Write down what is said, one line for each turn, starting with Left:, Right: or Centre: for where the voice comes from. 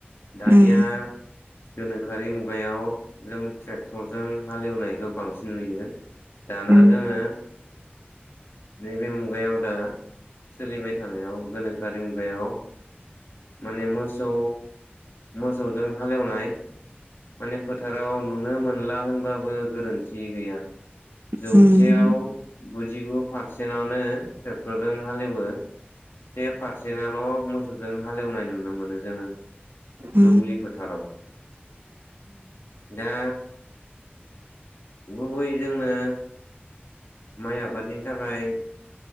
Left: दानिया
Right: उम
Left: गोनोखोआरि मुगायाव जों ट्रेक्टरजों हालेवनायखौ बांसिन नुयो दाना
Right: उम
Left: जोङो नैबे मुगायाव दा सोलिबाय थानायाव गोनोखोआरि मुगायाव माने मोसौ मोसौजों हालेवनाय माने फोथाराव नुनो मोनला होनबाबो गोरोन्थि गैया। जौसेयाव
Right: उम
Left: गुजिगु पारसेन्टानो ट्रेक्टरजों हालेवो। से पारसेनाल' मोसौजों हालेवनाय नुनो मोनो जोङो
Right: उम
Left: दुब्लि फोथाराव। दा गुबै जोंनो माइ आबादनि थाखाय